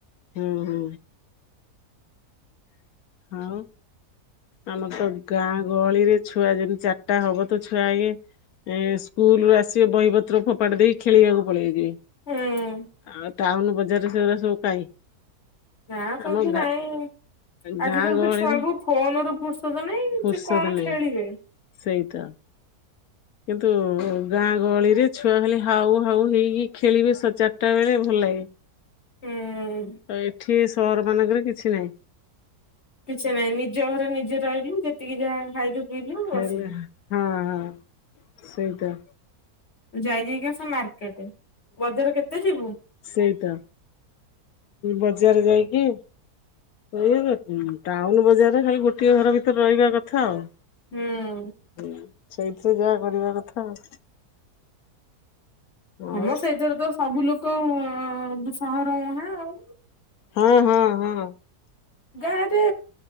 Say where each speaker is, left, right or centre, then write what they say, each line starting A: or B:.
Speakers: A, on the left; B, on the left.
A: ହୁଁ ହୁଁ। ଆଉ ଆମର ତ ଗାଁ ଗହଳିରେ ଛୁଆ ଯେମିତି ଚାରିଟା ହବ ତ ଛୁଆ ଇଏ ଏ ସ୍କୁଲ ରୁ ଆସିବେ ବହିପତ୍ର ଫୋପାଡି ଦେଇ ଖେଳିବାକୁ ପଳେଇବେ।
B: ହୁଁ
A: ଆଉ ଟାଉନ୍ ବଜାରରେ ସେଗୁରା ସବୁ କାଇଁ।
B: ନା ସେମିତି
A: ଆମ
B: ନାଇଁ,
A: ଗାଁ ଗାଁ
B: ଆଜିକାଲି
A: ଗହଳିରେ
B: ବି ଛୁଆଙ୍କୁ ଫୋନ ରୁ ଫୁର୍ସତ୍ ନାଇଁ
A: ଫୁର୍ସତ
B: ସେ କଣ
A: ନାହିଁ
B: ଖେଳିବେ।
A: ସେଇତ। କିନ୍ତୁ ଗାଁ ଗହଳିରେ ଛୁଆ ଖାଲି ହାଉ ହାଉ ହେଇକି ଖେଳିବେ ଚାରିଟା ବେଳେ ଭଲ ଲାଗେ।
B: <unintelligible>
A: ଏଠି ସହର ମାନଙ୍କରେ କିଛି ନାହିଁ।
B: କିଛି ନାହିଁ, ନିଜ ଘରେ ନିଜେ ରହିଲୁ ଯେତିକି ଯାହା ଖାଇଲୁ ପିଇଲୁ ବସିଲୁ
A: ହେଲେ ହଁ ହଁ ସେଇତ।
B: ଯାଇ ଯାଇକି ଆସ ମାର୍କେଟେ, ବଜାର କେତେ ଯିବୁ।
A: ସେଇତ। ବଜାର ଯାଇକି <unintelligible> ଟାଉନ ବଜାରରେ ଖାଲି ଗୋଟିଏ ଘର ଭିତରେ ରହିବା କଥା ଆଉ।
B: ହୁଁ।
A: ହୁଁ ସେଇଥିରେ ଯାହା କରିବା କଥା ଆଉ। ଆଉ
B: ହଁ ମ ସେଇଥିରେ ତ ସବୁ ଲୋକ ସହର ମୁହଁ ଆଉ।
A: ହୁଁ ହୁଁ ହୁଁ।
B: ଗାଁରେ